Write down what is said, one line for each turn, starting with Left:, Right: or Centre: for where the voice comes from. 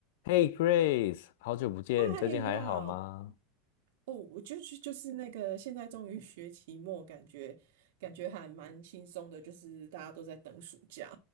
Left: Hey Grace，好久不见，
Right: 嗨，
Left: 你最近还好吗？
Right: 你好。哦，我就就就是那个，现在终于学期末，感觉感觉还蛮轻松的，就是大家都在等暑假。